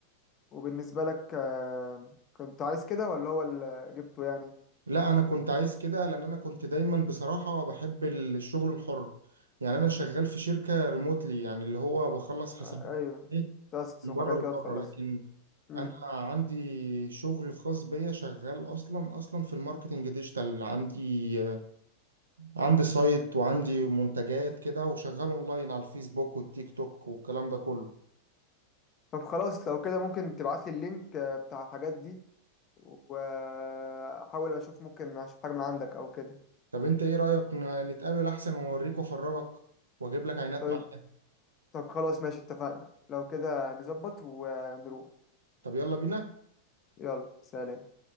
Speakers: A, on the left; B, on the right.
A: وبالنسبة لك آه، كنت عايز كده ولا هو اللي جبته يعني
B: لا انا كنت عايز كده لان انا كنت دايما بصراحة بحب الشغل الحر يعني انا شغال في شركة ريموتلي يعني اللي هو بخلص حسابات
A: آه، أيوه
B: ايه
A: تاسكس
B: من
A: وحاجات
B: بره لبره
A: كده تخلصها
B: لكن
A: مم.
B: انا عندي شغل خاص بيا شغال اصلا اصلا في الماركتنج ديجيتال عندي عندي سايت وعندي منتجات كده وشغال اونلاين على الفيسبوك والتيك توك والكلام ده كله
A: طب خلاص لو كده ممكن تبعت لي اللينك آه، بتاع الحاجات دي وأحاول أشوف ممكن أشوف حاجة من عندك أو كده
B: طب انت ايه رأيك ن- نتقابل احسن واوريك وافرجك واجيب لك عينات
A: طيب
B: معايا
A: طب خلاص ماشي اتفقنا لو كده نظبط ونروح
B: طب يلا بينا
A: يلا سلام